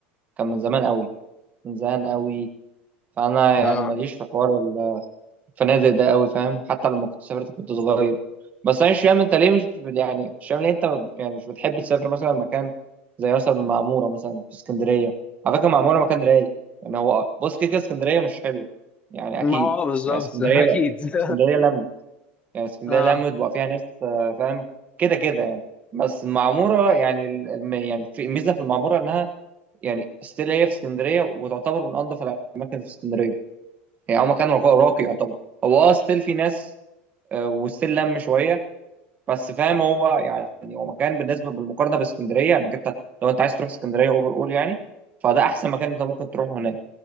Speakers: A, on the right; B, on the left.
A: كان من زمان قوي من زمان قوي فانا
B: اه
A: يعني ماليش في حوار الفنادق ده قوي فاهم حتى لما كنت سافرت كنت صغير بس انا مش فاهم انت ليه مش بت- يعني مش فاهم ليه انت بت- يعني مش بتحب تسافر مثلا مكان زي مثلا المعموره مثلا في اسكندريه على فكره المعموره مكان رايق يعني هو بص كده كده اسكندريه مش حلوه يعني
B: ما
A: اكيد
B: هو بالظبط
A: يعني اسكندريه
B: <laughs> اكيد
A: بقى
B: <laughs>
A: اسكندريه لما يعني اسكندريه
B: اه
A: لما تبقى فيها ناس آه، فاهم كده كده يعني بس المعموره يعني ال- الم- يعني في ميزه في المعموره انها يعني ستيل هي في اسكندريه وتعتبر من انظف الاماكن في اسكندريه يعني هو مكان راقي راقي يعتبر هو اه ستيل في ناس آه، وستيل لم شويه بس فاهم هو يعني هو مكان بالنسبه بالمقارنه باسكندريه انك يعني انت لو انت عايز تروح اسكندريه اوفر اول يعني فده احسن مكان انت ممكن تروحه هناك